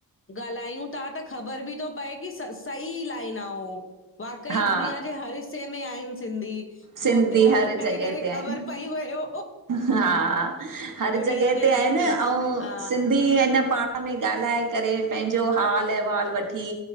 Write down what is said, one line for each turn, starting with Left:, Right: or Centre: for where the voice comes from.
Left: ॻाल्हायूं था त ख़बर बि थो पए कि सही लाइन आ उहो। वाकई
Right: हा
Left: दुनिया जे हर हिस्से में आहिन सिंधी।
Right: सिंधी
Left: फोन ते
Right: हर
Left: ॻाल्हि करे
Right: जॻह
Left: करे
Right: ते
Left: ख़बर
Right: आहिन।
Left: पई वियो
Right: हां हर
Left: दुनिया
Right: जॻहे
Left: जे
Right: ते
Left: हर
Right: आहिनि
Left: हिस्से
Right: अऊं
Left: हा
Right: सिंधी ऐन पाण में ॻाल्हाए करे पंहिंजो हालु अहिवालु वठी